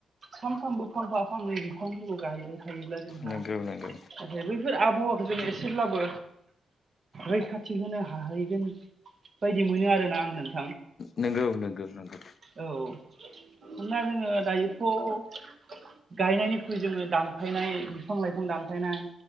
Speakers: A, on the right; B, on the left.
A: सानफ्रामबो फरफा बिफांनै बिफांफोरखौ गाहैबाय थायोब्ला जोंहा
B: नंगौ नंगौ
A: औ बैफोर आबहावाखौ जोङो एसेब्लाबो रैखाथि होनो हाहैगोन बायदि मोनो आरोना आं नों
B: नोंगौ नोंगौ नोंगौ
A: औ होमबा जोङो दायोथ' गायनायनिखुइ जोङो दानफायनाय बिफां लाइफां दानफायनाय